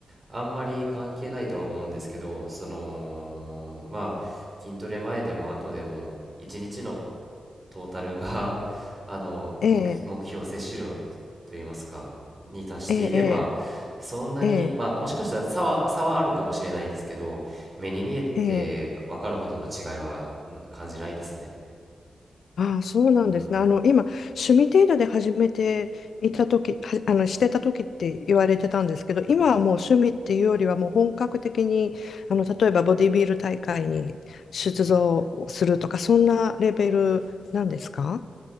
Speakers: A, on the right; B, on the left.
A: あんまり関係ないとは思うんですけど、その、まあ筋トレ前でも後でも一日のトータルが <laughs> あの目標、
B: ええ
A: 目標摂取量といいますかに達していればそんなにまあもしかしたら差は、
B: ええええ
A: 差はあるかもしれないですけど目に見えて分かるほどの違いはん感じないですね。
B: ええええああ、そうなんですね。
A: あ
B: あの、今、趣味程度で始めていた時は、あの、してた時って言われてたんですけど、今はもう趣味っていうよりはもう本格的に、
A: ーはい、
B: あの、例えばボディビル大会に出場するとか、そんなレベルなんですか